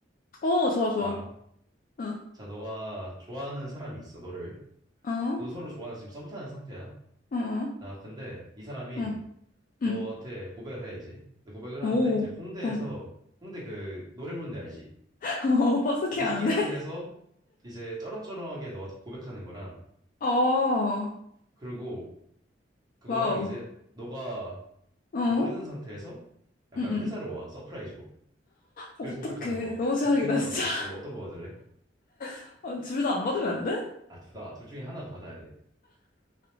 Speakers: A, on the left; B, on the right.
A: 어 좋아 좋아
B: 자,
A: 응
B: 자, 너가 좋아하는 사람이 있어, 너를.
A: 어 <laughs> 어?
B: 너도 서로 좋아하는 지금 썸 타는 상태야.
A: 어?
B: 자, 근데 이 사람이
A: 응응
B: 너한테 고백을 해 이제. 근데 고백을 하는데
A: 오
B: 이제 홍대에서
A: 어?
B: 홍대 그 노래 부르는 데 알지?
A: <laughs> 어? 버스킹
B: 버스킹
A: 하는데
B: 하는 데서 이제 쩌렁쩌렁하게 너한테 고백하는 거랑
A: <laughs> 어
B: 그리고 그거랑
A: 와우
B: 이제 너가
A: 어
B: 모르는 상태에서 약간
A: 응응
B: 회사로 와 서프라이즈로.
A: 어떡해
B: 그 고백하는 거.
A: 너무 최악이다
B: 둘 중에 하나
A: 진짜
B: 받아야 돼. 너 어떤 거 받을래?
A: <laughs> 둘 다 안 받으면 안 돼?
B: 아, 둘 다. 둘 중에 하나는 받아야 돼.